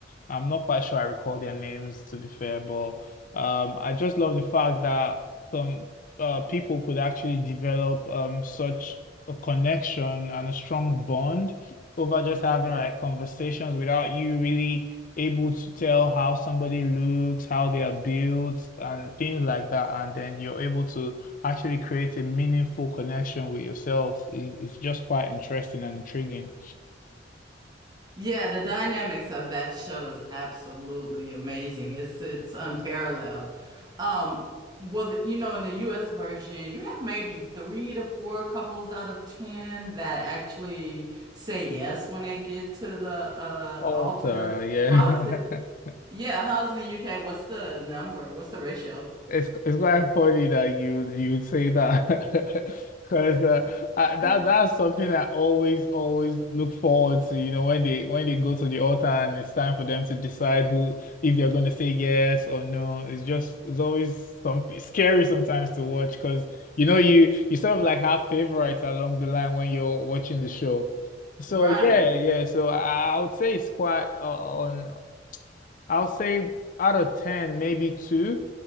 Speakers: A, on the left; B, on the right.
A: I'm not quite sure I recall their names to be fair, but um I just love the fact that some uh, people could actually develop um such a connection and a strong bond over just having
B: Yeah.
A: like conversations without you really able to tell how somebody looks, how they are built, and things like that. And then you're able to actually create a meaningful connection with yourself. It- It's just quite interesting and intriguing.
B: Yeah, the dynamics of that show is absolutely amazing. It's it's unparalleled. Um, well, the- you know, in the US version, you have maybe three to four couples out of ten that actually say yes when they get to the uh
A: Author,
B: altar.
A: yeah.
B: How is it?
A: <laughs>
B: Yeah, how's it in the UK? What's the number? What's the ratio?
A: It's it's quite funny that you you would say that <laughs> because uh, I, that
B: <laughs>
A: that's something I always always look forward to. You know, when they when they go to the altar and it's time for them to decide who if they're going to say yes or no. It's just it's always something scary sometimes to watch because you know you you sort of like have favorites along the line when you're watching the show. So
B: Right.
A: yeah, yeah. So I, I would say it's quite uh, on. I'll say out of 10, maybe two,